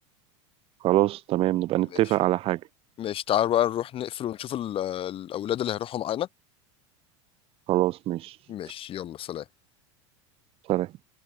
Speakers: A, on the right (about 35°); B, on the left (about 35°).
A: خلاص تمام نبقى نتفق
B: ماشي
A: على حاجة
B: ماشي تعال بقى نروح نقفل ونشوف ال- الاولاد اللي هيروحوا معانا
A: خلاص ماشي
B: ماشي يلا سلام
A: سلام